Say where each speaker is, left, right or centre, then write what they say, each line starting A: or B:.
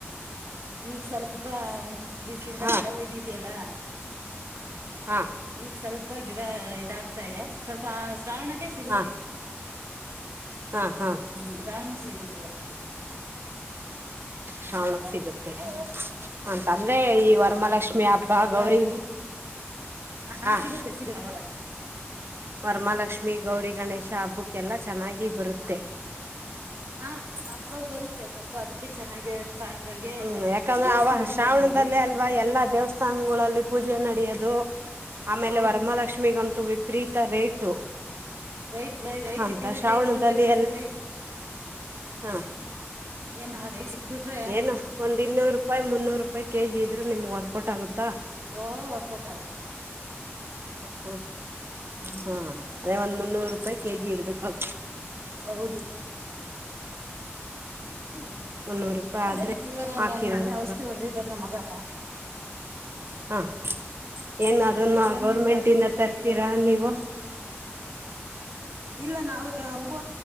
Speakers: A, on the right; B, on the right.
A: ಈಗ ಸ್ವಲ್ಪ ದಿನದಿಂದ
B: ಹ
A: ಮಳೆ ಉಯ್ದಿದೆಯಲ್ಲ.
B: ಹಾ
A: ಈಗ ಸ್ವಲ್ಪ ಗಿಡ ಇದಾಗ್ತಾ ಇದೆ ಸ್ವಲ್ಪ ಶ್ರಾವಣಕ್ಕೆ ಸಿಗುತ್ತೆ
B: ಹಾ
A: <inaudible>
B: ಹಾ ಹಾ
A: <inaudible>
B: ಶ್ರಾವಣಕ್ ಸಿಗುತ್ತೆ ಅಂತಂದ್ರೆ ಈ ವರಮಹಾಲಕ್ಷ್ಮಿ ಹಬ್ಬ
A: ಗೊಬ್ಬರ
B: ಗೌರಿ
A: ಹಾಕಿ ಹಾ
B: ಹ
A: ಸಿಗುತ್ತೆ ಸಿಗುತ್ತೆ ಅವಾಗ <inaudible>
B: ವರಮಹಾಲಕ್ಷ್ಮಿ ಗೌರಿ ಗಣೇಶ ಹಬ್ಬಕ್ಕ ಎಲ್ಲಾ ಚೆನ್ನಾಗಿ ಬರುತ್ತೆ
A: ಹಾ ಬರುತ್ತೆ ಸ್ವಲ್ಪ ಅದಕ್ಕೆ ಚೆನ್ನಾಗಿ ಸ್ಟ್ರಾಂಗ್ ಆಗಿ
B: ಹು ಯಾಕ ಅಂದೆ
A: ಔಷಧಿ
B: ಅವ
A: ಹೊಡಿತಾ
B: ಶ್ರಾವಣದಲ್ಲೆ
A: ಇದ್ದೀವಿ
B: ಅಲ್ವಾ ಎಲ್ಲಾ ದೇವಸ್ಥಾನಗಳಲ್ಲಿ ಪೂಜೆಗಳ ನಡೆಯದು ಆಮೇಲೆ
A: ಹೌದು
B: ವರಮಹಾಲಕ್ಷ್ಮಿಗಂತು ರಿತಾ ರೇಟು
A: <unintelligible>
B: ಅಂತ ಶ್ರಾವಣದಲ್ಲಿ
A: ನೋಡಬೇಕು ಈ ಸಲಿ
B: ಹ
A: ಏನ ರೈಟ್ ಸಿಕ್ಬಿಟ್ರೆ
B: ಏನು ಒಂದು ಇನ್ನೂರು ರೂಪಾಯಿ ಮುನ್ನೂರು ರುಪಾಯಿ ಕೆ ಇದಿದ್ರಾ ವರ್ಕೋಟು ಆಗುತ್ತಾ
A: ಓಹೋ ಓಹೋ ವರ್ಕೌಟ್ ಆಗುತ್ತೆ
B: ಹು
A: ಹ್ಮ್
B: ಹ ಅದೇ ಒಂದ ಮುನ್ನೂರು <inaudible> ಹಾ
A: ಹೌದು ಹೂ
B: ಮುನ್ನೂರು ರೂಪಾಯಿ
A: ಅದ
B: ಆದ್ರೆ ಹಾಕಿರೋದು
A: ಮೊನ್ನೆ ಔಷಧಿ ಹೊಡೆದಿದ್ದರು ನನ್ನ ಮಗ ಹ
B: ಹ ಏನು ಅದನ್ನು
A: ಡೆವಲಪ್ಮೆಂಟ್
B: ಗೋರ್ಮೆಂಟ್ನಿಂದ
A: ಆಗಿ ಚೆನ್ನಾಗೆ
B: ತರ್ತೀರಾ ನೀವು
A: ಇಲ್ಲ ನಾವು ಹೂವ